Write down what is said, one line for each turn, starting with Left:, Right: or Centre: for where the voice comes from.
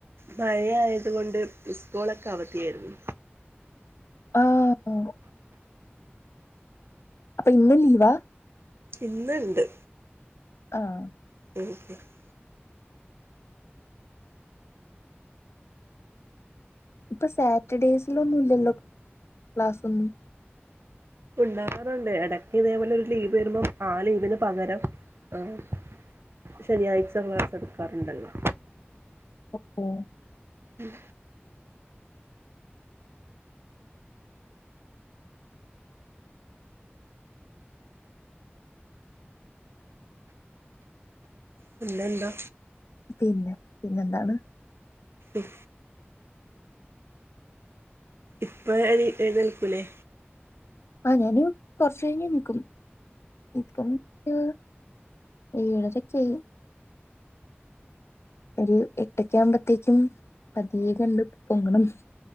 Right: മഴയായത് കൊണ്ട് ഇസ്കൂളൊക്കെ അവധിയായിരുന്നു.
Left: ആഹ്. അപ്പൊ ഇന്നും ലീവാ?
Right: ഇന്ന് ണ്ട്.
Left: ആഹ്.
Right: <unintelligible>
Left: ഇപ്പൊ സാറ്റർഡേയ്സിലൊന്നും ഇല്ലല്ലോ ക്ലാസ്സൊന്നും?
Right: ഉണ്ടാവാറുണ്ട് എടക്ക് ഇതേപോലെ ഒരു ലീവ് വരുമ്പോം ആ ലീവിന് പകരം ആഹ്. ശെനിയാഴ്ച ക്ലാസ് എടുക്കാറുണ്ടല്ലോ.
Left: ഓഹൊ.
Right: ഉം പിന്നെന്താ?
Left: പിന്നെ പിന്നെന്താണ്?
Right: ഉം ഇപ്പ എണി എഴുന്നേൽക്കൂല്ലേ?
Left: ആഹ് ഞാന് കൊറച്ച് കഴിഞ്ഞ് എണീക്കും. ഇപ്പം ഒരു ഏഴരൊക്കായി. ഒരു എട്ടൊക്കെ ആവുമ്പത്തേക്കും പതിയെ കണ്ട് പൊങ്ങണം.